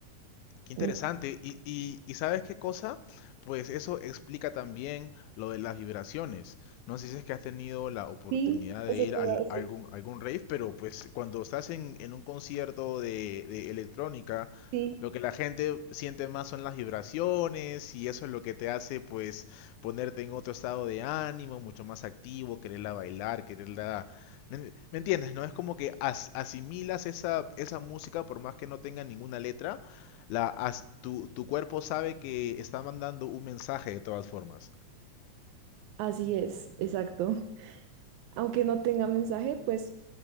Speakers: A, on the left; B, on the right.
A: Qué interesante.
B: Mm,
A: Y, y, y ¿sabes qué cosa? Pues eso explica también lo de las vibraciones. No sé si es que has tenido la oportunidad
B: Sí,
A: de
B: eso
A: ir
B: te
A: al-
B: iba a decir.
A: a algún, algún rave, pero pues cuando estás en, en un concierto de, de electrónica,
B: Sí,
A: lo que la gente siente más son las vibraciones y eso es lo que te hace pues ponerte en otro estado de ánimo, mucho más activo, quererla bailar, quererla... ¿Me me entiendes? ¿No? Es como que as- asimilas esa, esa música por más que no tenga ninguna letra la, as- tu, tu cuerpo sabe que está mandando un mensaje de todas formas.
B: Así es, exacto. aunque no tenga mensaje, pues